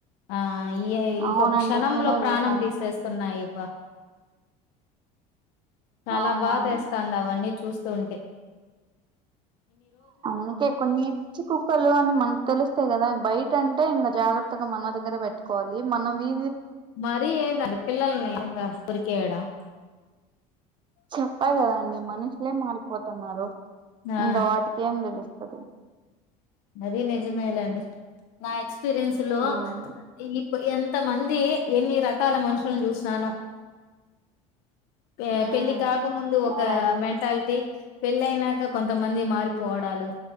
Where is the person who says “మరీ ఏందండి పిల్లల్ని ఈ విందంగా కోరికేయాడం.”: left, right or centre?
Left